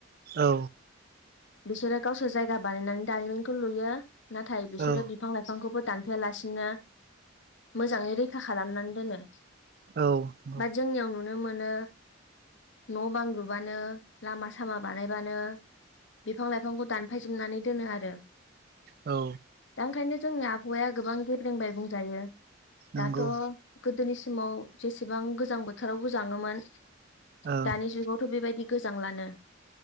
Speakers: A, on the right; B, on the left.
A: औ
B: बिसोरो गावसोर जायगा बानायनानै दारिमिनखौ लुयो नाथाय बिसोरो
A: औ
B: बिफां लाइफांखौबो दानफायालासिनो मोजाङै रैखा खालामनानै दोनो
A: औ औ
B: बा जोंनियाव नुनो मोनो न' बां लुबानो लामा सामा बानायबानो बिफां लाइफांखौ दानफायजोबनानै दोनो आरो
A: औ
B: दा ओंखायनो जोंनि आबहाया गोबां गेब्रेंबाय बुंजायो
A: नंगौ
B: दाथ' गोदोनि समाव जेसेबां गोजां बोथोराव गोजाङोमोन
A: औ
B: दानि
A: नंगौ
B: जुगावथ' बेबायदि गोजां लानो